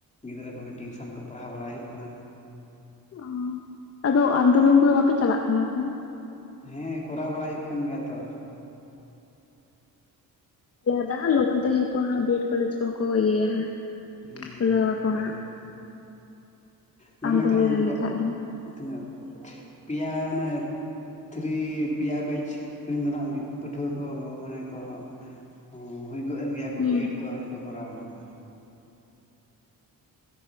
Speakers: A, on the left (about 20°); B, on the left (about 40°).
A: ᱜᱤᱫᱽᱨᱟᱹ ᱠᱚᱜᱮ ᱴᱤᱭᱩᱥᱚᱱ ᱠᱚ ᱯᱟᱲᱦᱟᱣ ᱵᱟᱲᱟ ᱦᱩᱭᱩᱜ ᱠᱟᱱᱟ ᱾
B: ᱚ ᱟᱫᱚ ᱟᱱᱫᱳᱞᱚᱱ ᱠᱚᱫᱚ ᱵᱟᱯᱮ ᱪᱟᱞᱟᱜ ᱠᱟᱱᱟ ᱥᱮ?
A: ᱦᱮᱸ ᱠᱚᱨᱟᱣ ᱵᱟᱲᱟ ᱦᱩᱭᱩᱜ ᱠᱟᱱ ᱜᱮᱭᱟ ᱛᱚ᱾
B: ᱛᱟᱦᱚᱞᱮ <unintelligible> ᱞᱚᱜᱚᱱ ᱛᱮ ᱦᱮᱸ ᱠᱚ ᱦᱟᱸᱜ ᱵᱤ ᱮᱰ ᱠᱚᱞᱮᱡᱽ ᱠᱚᱦᱚᱸ ᱠᱚ ᱤᱭᱟᱹ ᱭᱟ ᱦᱟᱸᱜ ᱾
A: ᱦᱩᱸ
B: ᱠᱷᱩᱞᱟᱹᱣ ᱟᱠᱚ
A: ᱟᱹᱰᱤ
B: ᱦᱟᱸᱜ ᱾
A: ᱞᱟᱹᱭ ᱞᱮᱱᱠᱷᱟᱱ
B: ᱛᱮ ᱞᱮᱠᱷᱟᱡ
A: ᱵᱟᱯ
B: ᱫᱚ
A: ᱛᱤᱱᱟᱹᱜ ᱯᱤᱭᱟ ᱚᱱᱮ ᱛᱷᱨᱤ ᱯᱤᱭᱟ ᱵᱮᱡᱽ ᱨᱮᱱ ᱫᱚ ᱦᱟᱸᱜ ᱯᱟᱹᱴᱷᱩᱣᱟᱹ ᱠᱚ ᱢᱟᱱᱮ ᱠᱚᱦᱚᱸ ᱦᱩᱭ ᱜᱚᱜ ᱮᱱ ᱜᱮᱭᱟ ᱠᱚ
B: ᱦᱩᱸ
A: ᱵᱤ ᱮᱰ ᱠᱚ ᱟᱹᱣᱨᱤ ᱠᱚ ᱠᱚᱨᱣᱟ ᱱᱷᱟᱸᱜ ᱾